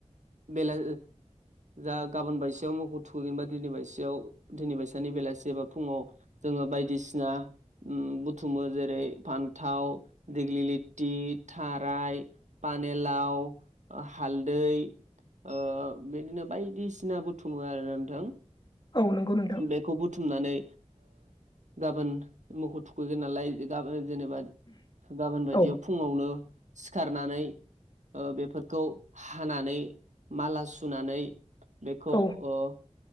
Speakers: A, on the right (about 85°); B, on the left (about 35°).
A: बेला जा गाबोन बायसेयाव मख' थुखैगोनबा दिनै बायसेयाव दिनै बायसानि बेलासिबा फुङाव जोङो बायदिसिना ओम बुथुमो जेरै फानथाव दिगलिलिटि थाराइ पानेलाव ओ हा हालदै ओ बिदिनो बायदिसिना बुथुमो आरो नोंथां
B: औ नंगौ नोंथां
A: बेखौ बुथुमनानै गाबोन मोखौ थुखैगोन नालाय गाबोन जेनेबा गाबोन बायदियाव
B: औ
A: फुङावनो सिखारनानै ओ बेफोरखौ हानानै माला सुनानै बेखौ
B: औ
A: ओ